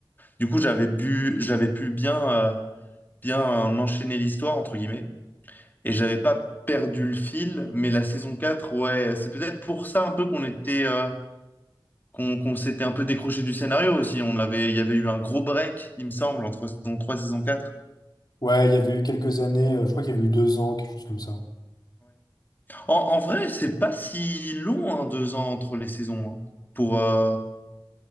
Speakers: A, on the left; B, on the left.
A: Du coup, j'avais bu, j'avais pu bien, euh, bien enchaîner l'histoire, entre guillemets, et j'avais pas perdu le fil, mais la saison 4 ouais, c'est peut-être pour ça un peu qu'on était, euh, qu'on qu'on s'était un peu décroché du scénario aussi. On avait, il y avait eu un gros break, il me semble, entre saison 3 et saison 4.
B: Ouais, il y avait eu quelques années, euh, je crois qu'il y avait eu deux ans, quelque chose comme ça.
A: En, en vrai, c'est pas si long, hein, deux ans entre les saisons. hein. pour, euh,